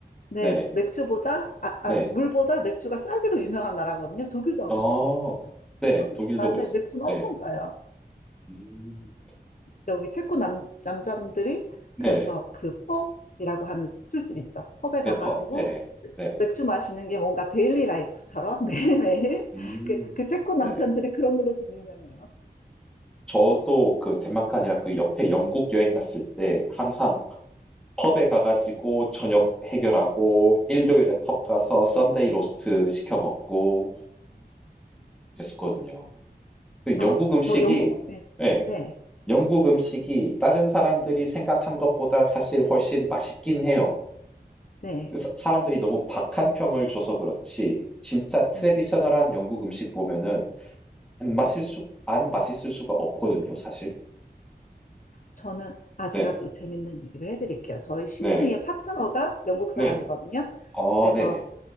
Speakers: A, on the left; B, in the centre.
A: 네,
B: 네네.
A: 맥주보다, 아, 아,
B: 네.
A: 물보다 맥주가 싸기로 유명한 나라거든요. 독일도 아마
B: 어.
A: 그럴 것 같아요.
B: 네네.
A: 물은
B: 독일도
A: 비싼데
B: 그랬어요.
A: 맥주는
B: 네.
A: 엄청 싸요.
B: 음.
A: 여기 체코 남, 남자분들이
B: 네네.
A: 그래서 그 펍이라고 하는 술집 있죠. 펍에
B: 네.
A: 가가지고
B: 펍. 네네. 네네.
A: 맥주 마시는 게 뭔가 데일리 라이프처럼 <laughs> 매일매일
B: 음.
A: 그, 그 체코 남편들이
B: 네네.
A: 그런 걸로 좀 유명해요.
B: 저도 그 덴마크 아니라 그 옆에 영국 여행 갔을 때 항상 펍에 가가지고 저녁 해결하고 일요일에 펍 가서 썬데이 로스트 시켜 먹고 그랬었거든요. 그
A: 아,
B: 영국
A: 저,
B: 음식이
A: 저 영국, 네,
B: 예.
A: 네,
B: 영국 음식이 다른 사람들이 생각한 것보다 사실 훨씬 맛있긴 해요.
A: 네.
B: 사- 사람들이 너무 박한 평을 줘서 그렇지, 진짜 트레디셔널한
A: 음,
B: 영국 음식 보면은 안 마실 수, 안 맛있을 수가 없거든요, 사실.
A: 저는, 아, 제가
B: 네네,
A: 또 재밌는 얘기를 해드릴게요. 저희 시누이의
B: 네네,
A: 파트너가 영국 사람이거든요.
B: 네네, 어,
A: 그래서
B: 네네,